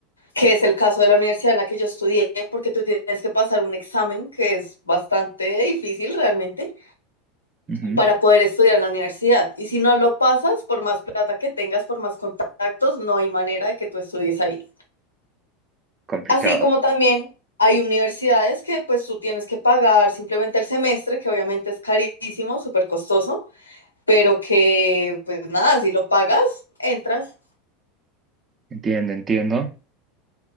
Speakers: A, on the left; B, on the right.
A: que es el caso de la universidad en la que yo estudié, porque tú tienes que pasar un examen que es bastante difícil realmente
B: Ujú,
A: para poder estudiar en la universidad. Y si no lo pasas, por más plata que tengas, por más contactos, no hay manera de que tú estudies ahí.
B: Complicado.
A: Así como también hay universidades que pues tú tienes que pagar simplemente el semestre, que obviamente es carísimo, súper costoso, pero que pues nada, si lo pagas, entras.
B: Entiendo, entiendo.